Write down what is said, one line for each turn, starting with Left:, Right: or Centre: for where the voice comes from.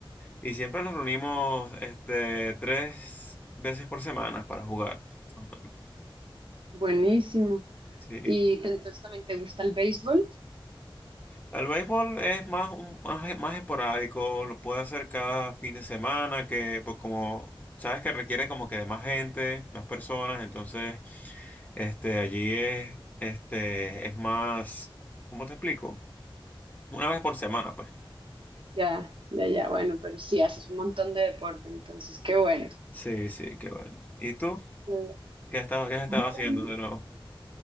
Left: y siempre nos reunimos este tres veces por semana para jugar. más o menos.
Right: Buenísimo.
Left: Sí.
Right: ¿Y te- entonces también te gusta el béisbol?
Left: El béisbol es más, un- más, más esporádico, lo puede hacer cada fin de semana, que pues como sabes que requiere como que de más gente, más personas, entonces este allí es este es más, ¿cómo te explico? Una vez por semana, pues.
Right: Ya, ya, ya. Bueno, pero sí, haces un montón de deporte, entonces, qué bueno.
Left: Sí, sí, qué bueno. ¿Y tú?
Right: Qué
Left: ¿Qué has estado, qué has estado
Right: bueno.
Left: haciendo de nuevo?